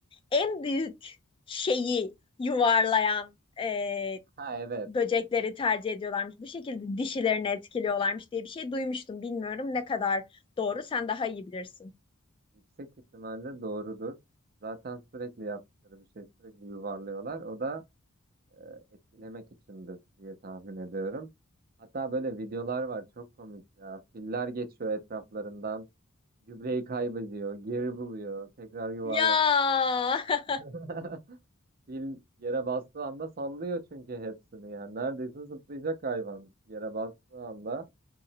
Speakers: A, on the left (about 25°); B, on the right (about 45°).
A: en büyük şeyi yuvarlayan e,
B: Ha evet.
A: böcekleri tercih ediyorlarmış. Bu şekilde dişilerini etkiliyorlarmış diye bir şey duymuştum. Bilmiyorum ne kadar doğru. Sen daha iyi bilirsin.
B: Yüksek ihtimalle doğrudur. Zaten sürekli yaptıkları bir şey sürekli yuvarlıyorlar. O da e, etkilemek içindir diye tahmin ediyorum. Hatta böyle videolar var çok komik ya. Filler geçiyor etraflarından. Gübreyi kaybediyor, geri buluyor, tekrar yuvarlanıyor.
A: Ya. <laughs>
B: <laughs> Fil yere bastığı anda sallıyor çünkü hepsini yani. Neredeyse zıplayacak hayvan yere bastığı anda.